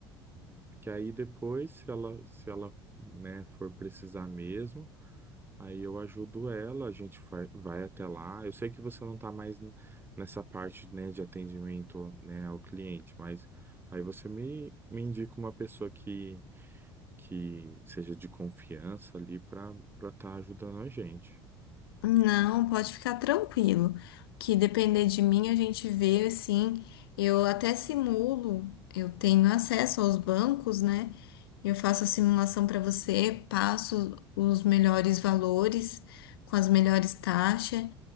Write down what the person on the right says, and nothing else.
Porque aí depois, se ela, se ela, né, for precisar mesmo, aí eu ajudo ela, a gente vai, vai até lá. Eu sei que você não está mais n- nessa parte, né, de atendimento, né, ao cliente, mas aí você me, me indica uma pessoa que, que seja de confiança ali para para estar ajudando a gente.